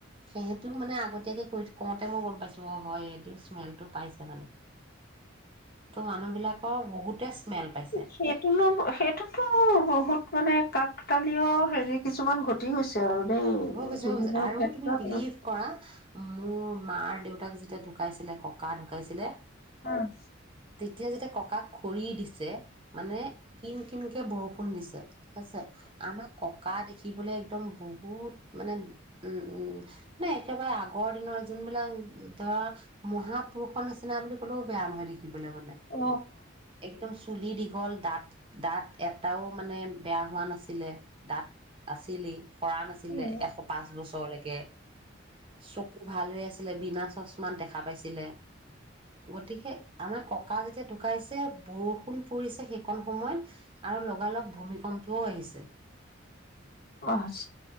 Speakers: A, on the right; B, on the left.
A: সিহঁতেও মানে আগতীয়াকে কৈ কওঁতে মই গম পাইছো, অ হয় সেটোও স্মেলটো পাইছে মানে। ত' মানুহ বিলাকৰ বহুতে স্মেল পাইছে
B: সেইটোলৈ সেইটোতো বহুত মানে কাক কালিও হেৰি কিছুমান ঘটি গছে আৰু দেই
A: হৈ গৈছে,
B: জুবিনৰ
A: হৈ গৈছে আৰু
B: ক্ষেত্ৰত
A: তুমি বিলিভ কৰা মোৰ মাৰ দেউতাক যেতিয়া ঢুকাইছিলে, ককা ঢুকাইছিলে
B: ওম
A: তেতিয়া যেতিতে ককাক খৰি দিছে মানে কি কিনকে বৰষুণ দিছে। ঠিক আছে, আমাৰ ককা দেখিবলে একদম বহুত মানে উম - উম, মানে একেবাৰে আগৰ দিনৰ যোনবিলাক ধৰা মহাপুৰুষৰ নিচিনা বুলি ক'লেও বেয়া নহয় দে তিবলছ বনাই মানে
B: অ
A: একদম চুলি দীঘল, দাঁত দাঁত এটাও মানে বেয়া হোৱা নাছিলে, দাঁত আছিলেই। সৰা নাছিলে।
B: অ
A: এশ পাঁচ বছৰলৈকে চকু ভাল হৈ আছি লে বিনা চশমা দেখা পাইছিলে। গতিকে আমাৰ ককা যেতিয়া ঢুকাইছে বৰষুণ পৰিছে সেইকণ সময়ত আৰু লগালগ ভূমিকম্পও আহিছে
B: বচ